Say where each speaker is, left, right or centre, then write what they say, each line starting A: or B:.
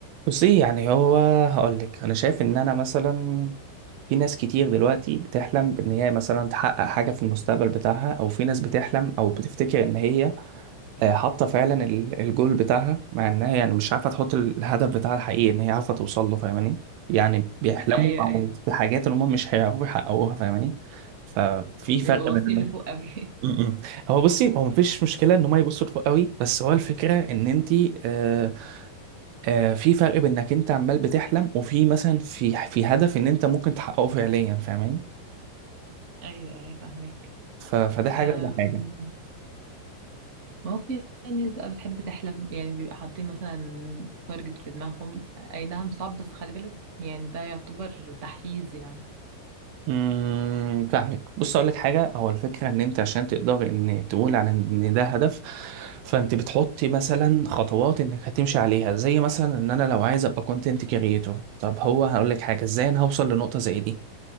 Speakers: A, on the right; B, on the right.
A: بصي يعني هو هقول لك انا شايف ان انا مثلا في ناس كتير دلوقتي بتحلم بان هي مثلا تحقق حاجه في المستقبل بتاعها او في ناس بتحلم او بتفتكر ان هي آه، حاطه فعلا ال- الجول بتاعها مع انها يعني مش عارفه تحط الهدف بتاعها الحقيقي ان هي عارفه توصل له فاهماني يعني بيحلموا
B: ايوه
A: او
B: ايوه
A: بحاجات ان هم مش هيعرفوا يحققوها فاهماني ففي فرق
B: بيبقوا باصين
A: بين إنه-
B: لفوق قوي
A: م- م. هو بصي هو مفيش مشكله ان هم يبصوا لفوق قوي بس هو الفكره ان انت آه، آه، في فرق بين انك انت عمال بتحلم وفي مثلا في في هدف ان انت ممكن تحققه فعليا فاهماني
B: <laughs> ايوه ايوه فاهمك
A: ف- فده حاجه
B: أم،
A: وده حاجه
B: ما هو في ناس بقى بتحب تحلم يعني بيبقى حاطين مثلا تارجت في دماغهم اي نعم صعب بس خلي بالك يعني ده يعتبر تحفيز يعني
A: امم فاهمك بص اقول لك حاجه هو الفكره ان انت عشان تقدر ان تقول عن ان ده هدف فانت بتحط مثلا خطوات انك هتمشي عليها زي مثلا ان انا لو عايز ابقى كونتنت كريتور طب هو هقول لك حاجه ازاي انا هوصل لنقطه زي دي